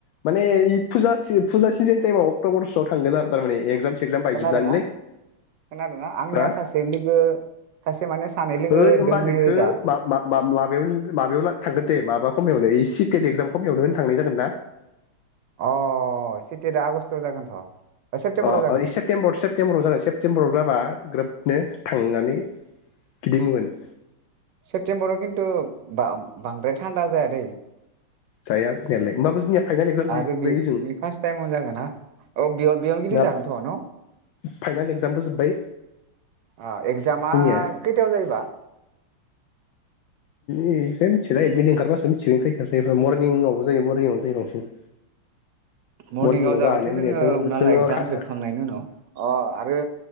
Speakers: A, on the left; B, on the right.
A: माने इ फुजा सि फुजा सिजोन टाइमाव अक्ट'बरसोआव थांगोन आरो थारमाने एगजाम
B: अ
A: सेगजाम बायजोबनानैलै
B: खोनादोंना खोनादोंना आंनिया
A: हा
B: सासे लोगो सासे माने सानै लोगो
A: ओइ होमबा
B: दोंहोयो
A: नोंखौ
B: ओजा
A: मामाबमाबयाव माबायाव थांगोन दे माबायाव खमयावनो ओइ सिटेट इगजाम खमयावनो होनो थांनाय जागोन ना?
B: अ सेटेट दा आगस्टआव जागोनथ' सेप्तेम्बराव
A: अ
B: जागोन
A: सेप्तम्बर सेप्ते्बराव ज जादों सेप्तेम्बराव जाबा ग्रोब नो थांनानै गिदिं बोगोन
B: सेप्तेम्बराव खिन्थु बा बांद्राय थान्दा जाया दै
A: जाया जानायालाय होमबाबो जोंनिया फाइनाल एगजाम जोबबाय
B: आरो बे
A: ओजों
B: बे फार्स्ट टाइमावनो जागोन ना औ बेयाव बेयावनो गिदिं
A: ना
B: जागोन थ' न'
A: फाइनाल एक्जामबो जोब्बाय
B: अ एगजामा
A: जोंनिया
B: खैथायाव जायोबा
A: एखाय मिथिल एडमिट ओंखारबासो मिथिगोन ख ज मरनिंआवबो जायो मरनिंआवनो जायो बांसिन
B: मर्निंआव
A: मरनिंआव
B: जाबाथ'
A: जानानै मोनाया
B: जोङो हमना
A: जोङो
B: ला एगजाम जोबखांनायनि उनाव अ आरो